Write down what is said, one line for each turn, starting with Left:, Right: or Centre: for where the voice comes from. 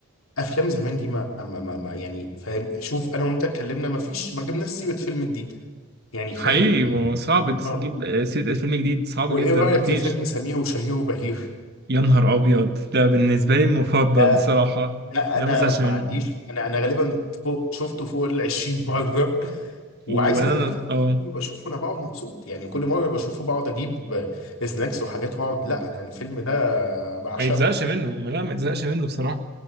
Left: افلام زمان دي ما, ما, ما, ما يعني فاهم شوف انا وانت اتكلمنا ما فيش ما جبناش سيره فيلم جديد يعني فاهم
Right: حقيقي هو صعب تجيب
Left: اه
Right: سيرة فيلم جديد صعب
Left: وايه
Right: جدا
Left: رايك
Right: مفيش
Left: في فيلم سمير وشهير وبهير
Right: يا نهار أبيض ده بالنسبة لي المفضل
Left: آه
Right: الصراحة
Left: لا
Right: لا
Left: انا
Right: ما بزهقش
Left: ما
Right: منه
Left: عنديش انا انا غالبا فوق شفته فوق ال 20 <laughs> مره وعايز
Right: ولا
Left: اقول
Right: أنا
Left: لك انا كل
Right: اه
Left: مره بشوفه انا بقعد مبسوط يعني كل مره بشوفه بقعد اجيب آه، سناكس وحاجات واقعد لا انا الفيلم ده بعشقه
Right: ما يتزهقش منه لا ما يتزهقش منه بصراحة